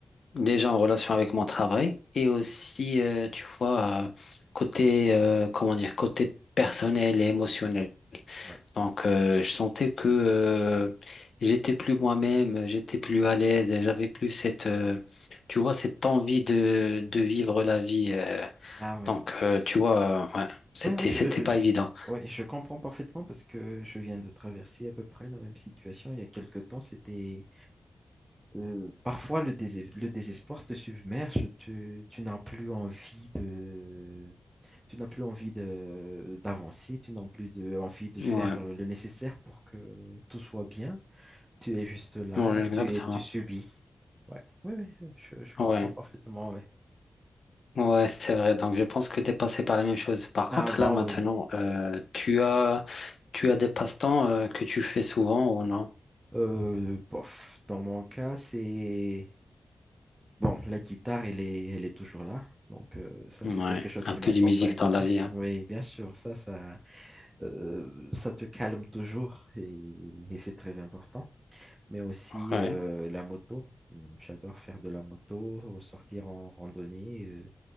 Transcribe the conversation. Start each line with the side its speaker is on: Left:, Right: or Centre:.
Left: déjà en relation avec mon travail et aussi, euh, tu vois, euh, côté, euh, comment dire, côté personnel et émotionnel.
Right: Ouais.
Left: Donc, euh, je sentais que euh, j'étais plus moi-même, j'étais plus à l'aise, et j'avais plus cette, euh, tu vois, cette envie de, de vivre la vie. euh.
Right: Ah oui.
Left: donc, euh, tu vois, euh, ouais, c'était,
Right: Oui, oui, je,
Left: c'était
Right: euh,
Left: pas
Right: je-
Left: évident.
Right: ouais, je comprends parfaitement parce que je viens de traverser à peu près la même situation. Il y a quelque temps, c'était euh, parfois le, désé- le désespoir te submerge, tu, tu n'as plus envie de, tu n'as plus envie de, d'avancer, tu n'as plus de, envie de
Left: Ouais,
Right: faire le nécessaire pour que tout soit bien. Tu es juste là,
Left: Ouais, exactement.
Right: tu es, tu subis. Ouais, oui, oui, je, je comprends
Left: Ouais.
Right: parfaitement, ouais.
Left: Ouais, c'est vrai. Donc, je pense que tu es passé par la même chose. Par contre,
Right: Ah bah
Left: là, maintenant,
Right: oui.
Left: euh, tu as, tu as des passe-temps euh, que tu fais souvent ou non?
Right: Euh, bof, dans mon cas, c'est... Bon, la guitare, elle est, elle est toujours là. Donc, euh, ça,
Left: Ouais,
Right: c'est quelque chose
Left: un
Right: qui
Left: peu
Right: m'accompagne
Left: de musique
Right: tout
Left: dans
Right: le
Left: la
Right: temps.
Left: vie. hein.
Right: Oui, bien sûr, ça, ça, euh, ça te calme toujours et, et c'est très important. Mais aussi
Left: Ouais,
Right: euh, la moto. J'adore faire de la moto, sortir en randonnée, euh,